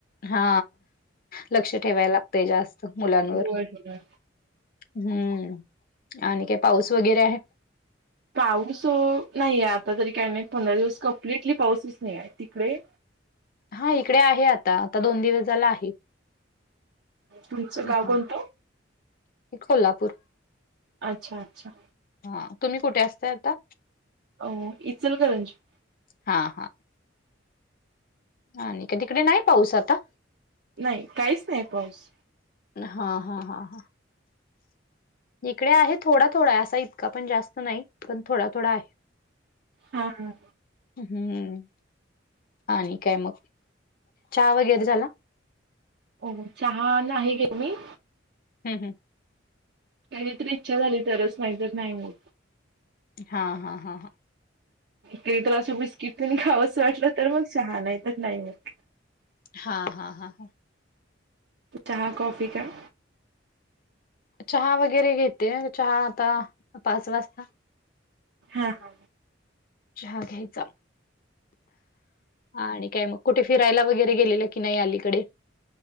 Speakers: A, on the left; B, on the right.
A: हा लक्ष ठेवायला लागतंय जास्त मुलांनवर
B: होय होय.
A: हम्म आणि काय पाऊस वगैरे आहे?
B: पाऊस नाहीये आता तरी काय नाही पंधरा दिवस कंप्लिटली पाऊसच नाही आहे. तिकडे?
A: हा इकडे आहे आता, आता दोन दिवस झाला आहे.
B: तुमचं गाव
A: हां,
B: कोणतं?
A: कोल्हापूर.
B: अच्छा अच्छा
A: हा तुम्ही कुठे असताय आता?
B: अ इचलकरंजी
A: हा हा आणि तिकडे नाही पाऊस आता?
B: नाही काहीच नाही पाऊस.
A: हा हा हा हा इकडे आहे थोडा थोडा असा इतका पण जास्त नाही पण थोडा थोडा आहे.
B: हा हा
A: हम्म आणि काय मग चहा वगैरे झाला?
B: हो चहा नाही घेत मी.
A: हम्म हम्म
B: कधी तरी इच्छा झाली तरच नाहीतर नाही मग
A: हा हा हा हा
B: कधीतर असं बिस्किट कणी खावंस वाटलं तर मग चहा नाही तर नाही मग.
A: हा हा हा हा
B: चहा कॉफी का?
A: चहा वगैरे घेते चहा आता पाच वाजता.
B: हा हा
A: चहा घ्यायचा आणि काय मग? कुठं फिरायला वगैरे गेलेलं की नाय अलीकडे?